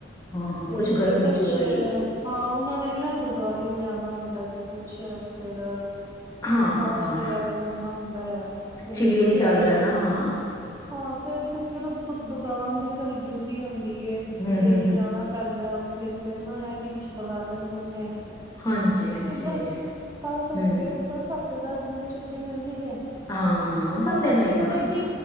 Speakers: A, on the left; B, on the right.
A: ਹਾਂ
B: ਤੇ
A: ਕੁਛ ਗਰਮੀ
B: ਫੇਰ ਕੁਛ
A: ਚ ਉਵੇਂ ਹੀ
B: ਹਾਂ ਉਹਨਾਂ ਨੇ ਵੀ ਨਾ ਗੁਰਦੁਆਰੇ ਵੀ ਜਾਣਾ ਹੁੰਦਾ ਤੇ ਕੁਛ ਅੱਛਾ ਫੇਰ
A: ਹਾਂ
B: ਪਾਠ
A: ਹਾਂ ਹਾਂ
B: ਵਗੈਰਾ ਕਰਨਾ ਹੁੰਦਾ ਹੈ। ਤੇ
A: ਚਿਲੀਏ
B: ਤੁਸੀਂ
A: ਵੀ ਚੱਲ
B: ਇਹ ਕਹਿ
A: ਰਿਹਾ
B: ਲਓ
A: ਨਾ ਹਾਂ
B: ਹਾਂ ਤੇ ਤੁਸੀਂ ਕਹਿ ਲਓ ਦੁਕਾਨ ਦੀ ਵੀ ਤੁਹਾਡੀ ਡਿਊਟੀ ਹੁੰਦੀ ਏ
A: ਹਮ
B: ਡੇਲੀ
A: ਹਮ ਹਮ
B: ਜਾਣਾ ਪੈਂਦਾ। ਫੇਰ ਨਾ ਇਹ ਵੀ ਕੁਛ ਬੁਲਾ ਲੈਂਦੇ ਨੇ
A: ਹਾਂਜੀ ਹਾਂਜੀ
B: ਤੇ ਬਸ ਤਾਂ ਕਰਕੇ
A: ਹੂੰ
B: ਬਸ ਹਫ਼ਤੇ ਦਸ ਦਿਨ ਦੀ ਛੁੱਟੀ ਮਿਲਦੀ ਹੈ।
A: ਹਾਂ ਬਸ
B: ਹੁਣ
A: ਇਨਾ
B: ਬੱਚੇ
A: ਹੀ
B: ਪਤਾ
A: ਬੜਾ ਹੁੰਦਾ
B: ਕੀ